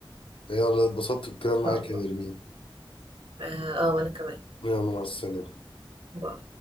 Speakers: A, on the left; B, on the right.
A: يلا اتبسطت بالكلام
B: شاء
A: معاك
B: الله
A: يا نرمين
B: اه آه، وانا كمان
A: يلا مع السلامة
B: باي.